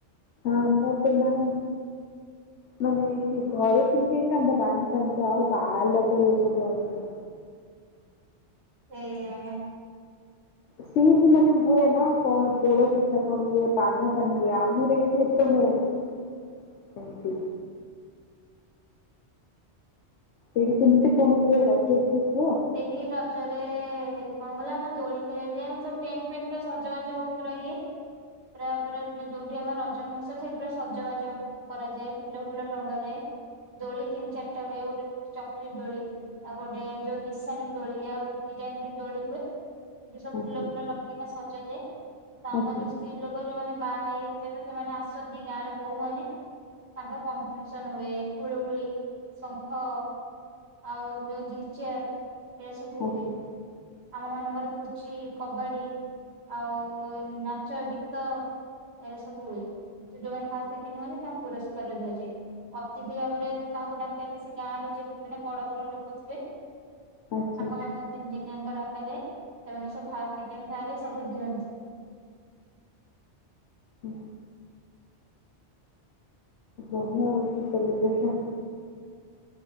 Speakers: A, on the left; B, on the right.
A: ଆମର ତ ନାଇଁ। ମାନେ ଏଇଠି ଘରେ ଥିଲେ ହେଇଥାନ୍ତା। ବାନ୍ଧିଥାନ୍ତା ଆଉ ବାହାରିଲା ପରେ ଏଇ ସବୁ ଆଉ ନାହିଁ।
B: ଏଇଆ ହଁ।
A: ସେଇଠି ମାନେ ହୁଏ ନା କଣ ପୋଡ ପିଠା କଣ ହୁଏ, ପାନ ଫାନ ହୁଏ ଆମର ଏଇଠି ଏତେ ହୁଏନି ସେମିତି। ସେଇଠି କେମତି କଣ ହୁଏ ରଜ ଟିକେ କୁହ?
B: ସେଇଠି ରଜରେ କଣ ହେଲା ଆମ ଦୋଳି ଖେଳାଯାଏ। ଆମେ ସବୁ ଟେଣ୍ଟ ଫେଣ୍ଟ ପୁରା ସଜବାଜ ହଉ ପୁରା ଇଏ। ପ୍ରାୟ ପ୍ରାୟ ଦିନ ଯୋଉଠି ଆମର ରଜ ମହୋତ୍ସବ ସେଇଠି ପୁରା ସଜବାଜ କରାଯାଏ। ଫୁଲ ଫୁଲ ଟଙ୍ଗାଯାଏ। ଦୋଳି ତିନ ଚାରଟା ହୁଏ। ଗୋଟେ ଚକ୍ରି ଦୋଳି ଆଉ ଗୋଟେ ଯୋଉ ନିଶାନି ଦୋଳିି ଆଉ ଦିଟା ଏମତି ଦୋଳି ହୁଏ। ଏ ଯୋଉ ସବୁ
A: ଆଚ୍ଛା
B: ଫୁଲ ଫୁଲ ଲଗେଇକିନା ସଜା ଯାଏ। ତ
A: ଆଚ୍ଛା
B: ଆମର ଯୋଉ ସ୍ତ୍ରୀ ଲୋକ ଯୋଉମାନେ ବାହା ହେଇଛନ୍ତି ସେମାନେ ଆସନ୍ତି ଗାଁର ବୋହୂମାନେ ତାଙ୍କର କମ୍ପିଟିସନ ହୁଏ। ହୁଳୁ ହୁଳି, ଶଙ୍ଖ ଆଉ ମିଉଜିକ୍ ଚେୟାର ଏଇରା ସବୁ
A: ଆଚ୍ଛା
B: ହୁଏ। ଆମ ମାନଙ୍କର ପୁଚି, କବାଡି ଆଉ ନାଚ, ଗୀତ ଏଇରା ସବୁ ହୁଏ। ତ ଯୋଉମାନେ ଫାଷ୍ଟ ସେକେଣ୍ଡ ହୁଅନ୍ତି ତାଙ୍କୁ ପୁରସ୍କାର ଦିଆଯାଏ। ଅତିଥି ଭାବରେ କାହାକୁ ଡାକାଇକି ସେ ଗାଁରେ ଯେଉଁମାନେ ବଡ ବଡ ଲୋକ ଥିବେ,
A: ଆଚ୍ଛା
B: ତାଙ୍କ ମାନଙ୍କୁ ତିନି ଦିନିଆ ଡକାଯାଏ, ସେମାନେ ସବୁ ଫାଷ୍ଟ ସେକେଣ୍ଡ ଥାର୍ଡ଼ ଏଇ ସବୁ ଦିଅନ୍ତି।
A: ହୁଁ। ବଢ଼ିଆ ହଉଛି ସେଲିବ୍ରେସନ୍।